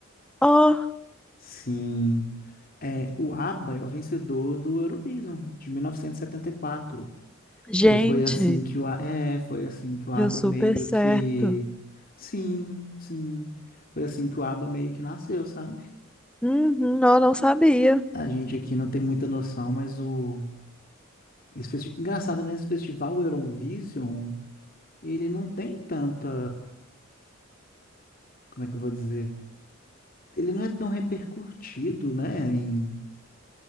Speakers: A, in the centre; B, on the left (about 45°).
A: Oh,
B: Sim. É, o ABBA é o vencedor do Eurovision de 1974. E setenta e quatro.
A: gente,
B: E foi assim que o A- é, foi assim que o ABBA
A: deu super
B: meio
A: certo.
B: que sim, sim. Foi assim que o ABBA meio que nasceu, sabe?
A: Uhum, eu não sabia.
B: A gente aqui não tem muita noção, mas o esse festi... engraçado nesse festival Eurovision, ele não tem tanta, como é que eu vou dizer? Ele não é tão repercutido, né, em